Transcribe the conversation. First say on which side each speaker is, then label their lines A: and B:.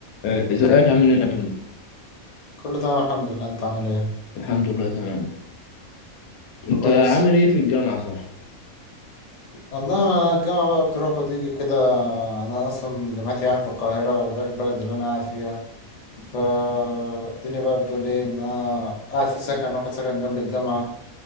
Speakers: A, on the left (about 85°); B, on the left (about 45°).
A: آه، ازيك عامل ايه يا محمد؟
B: كله تمام الحمد لله انت عامل ايه
A: الحمد لله تمام
B: كله
A: انت
B: كويس
A: عامل ايه في الجامعة صح؟
B: والله انا الجامعه بقى بتروح وتيجي كده انا اصلا جامعتي يعني في القاهره غير البلد اللي انا قاعد فيها فالدنيا بقى بتقول ايه ان انا قاعد في سكن واخد سكن جنب الجامعه